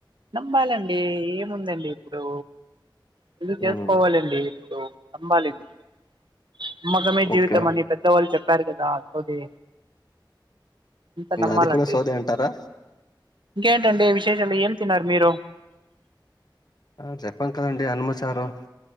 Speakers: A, on the right; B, on the left.
A: నమ్మాలండి ఏముందండి ఇప్పుడు పెళ్లి చేసుకోవాలండి
B: మ్మ్
A: ఇప్పుడు నమ్మాలి నమ్మకమే జీవితం
B: ఓకే
A: అని పెద్దవాళ్ళు చెప్పారు కదా అది అంత నమ్మాలండి
B: అది కూడా సోదే అంటారా
A: ఇంకేంటంటే విశేషాలు ఏం తిన్నారు మీరు
B: ఆ చెప్పాను కదండడి అన్నము చారు